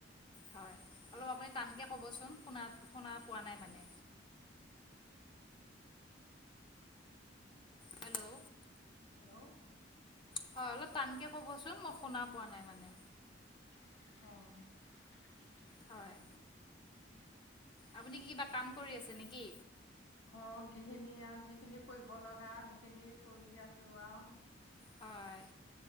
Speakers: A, on the left; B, on the left.
A: হয় অলপ আপুনি টানকে কবচোন শুনা - শুনা পোৱা নাই মানে। হেল্ল',
B: হেল্ল',
A: হয় অলপ টানকে কবচোন মই শুনা পোৱা নাই মানে।
B: অহ ',
A: হয়। আপুনি কিবা কাম কৰি আছে নেকি?
B: ঘৰৰ গিখিনি আৰু যিখিনি কৰিব লগা সেইখিনি কৰি আছো আৰু।
A: হয়